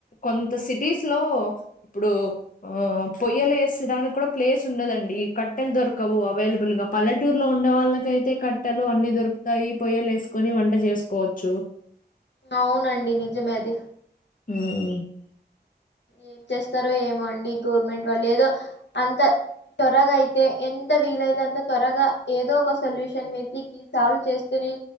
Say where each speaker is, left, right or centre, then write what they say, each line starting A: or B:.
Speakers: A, on the left; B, on the left.
A: కొంత సిటీస్ లో ఇప్పుడు ఆ పొయ్యలే వేసడానికి కూడా ప్లేస్ ఉండదండి కట్టెలు దొరకవు అవైలబుల్ ఇగ పల్లటూరులో ఉండే వాళ్ళకైతే కట్టెలు అన్ని దొరుకు గయ్యి పొయ్యలు వేసుకొని వంట చేసుకోవచ్చు
B: అవునండి నిజమే అది
A: హ్మ్.
B: ఏం చేస్తారో ఏమో అండి ఈ గవర్నమెంట్ వాళ్ళు ఏదో అంత త్వరగా అయితే ఎంత వీలయితే అంత త్వరగా ఏదో ఒక సొల్యూషన్ వెతికి సాల్వ్ చేస్తే రి